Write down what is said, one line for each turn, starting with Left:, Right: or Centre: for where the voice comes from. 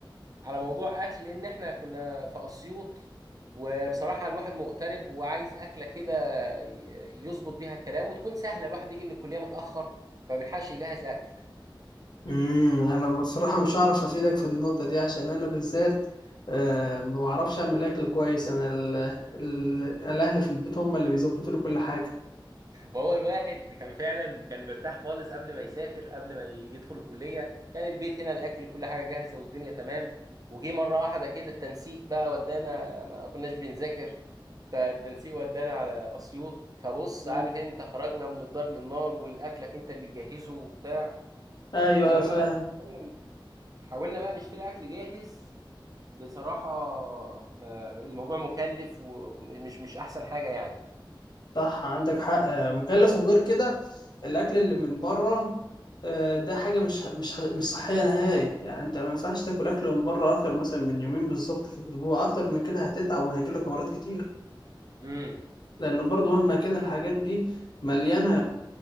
Right: على موضوع اكل لان احنا كنا في اسيوط وبصراحه الواحد مغترب وعايز اكله كده ي- يظبط بيها الكلام وتكون سهله الواحد بيجي من الكليه متاخر فما بيلحقش يجهز اكل
Left: امم انا بصراحه مش هعرف افيدك في النقطه دي عشان انا بالذات آه، ما بعرفش اعمل اكل كويس انا ال ال الاهل في البيت هم اللي بيظبطوا لي كل حاجه
Right: ما هو الواحد كان فعلا كان مرتاح خالص قبل ما يسافر قبل ما يدخل الكلية كان البيت هنا الأكل كل حاجة جاهزة والدنيا تمام وجي مرة واحدة كده التنسيق بقى ودانا ما كناش بنذاكر فالتنسيق ودانا على أسيوط فبص
Left: مم.
Right: عارف انت خرجنا من الدار للنار والأكلك انت اللي تجهزه وبتاع
Left: ايوه
Right: ولما
Left: ايوه فاهم
Right: بقى حاولنا حاولنا بقى نشتري أكل جاهز بصراحة آه، الموضوع مكلف ومش مش أحسن حاجة يعني
Left: صح عندك حق آه، مكلف وغير كده الاكل اللي من بره آه، ده حاجه مش مش مش صحيه نهائي يعني انت ما ينفعش تاكل اكل من بره اكتر مثلا من يومين بالظبط في الاسبوع اكتر من كده هتتعب وهيجيلك امراض كتير
Right: امم
Left: لان برضه مهما كان الحاجات دي مليانه